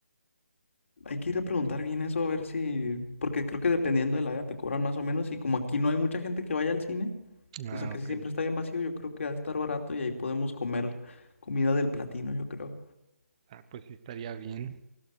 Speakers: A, on the left; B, on the right.
A: Hay que ir a preguntar bien eso, a ver si, porque creo que dependiendo del área te cobran más o menos, y como aquí no hay mucha gente que vaya al cine,
B: Ah,
A: o sea, casi
B: ok.
A: siempre está bien vacío, yo creo que va a estar barato y ahí podemos comer comida del Platino, yo creo.
B: Ah, pues sí estaría bien.